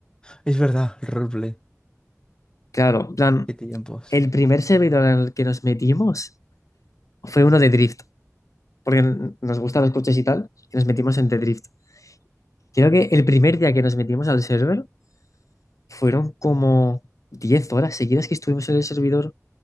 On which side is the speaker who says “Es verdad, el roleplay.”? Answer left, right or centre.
Left